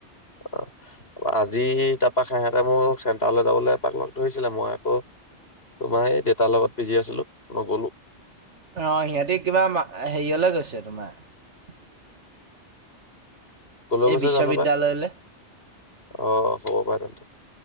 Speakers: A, on the left; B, on the right.
A: অ। আজি তাৰপা হাঁহতে মোক চেণ্টাৰলৈ যাবলৈ এপাক লগ ধৰিছিলে মই আকৌ। তোমাৰ এই দেউতাৰ লগত বিজি আছিলো নগলো।
B: অ সিহঁতি কিবা হেৰিয়লে গৈছে তোমাৰ।
A: কলৈ গৈছে
B: এই বিশ্ববিদ্যালয়লৈ।
A: জানো পাই অ হব পাৰে কিন্তু।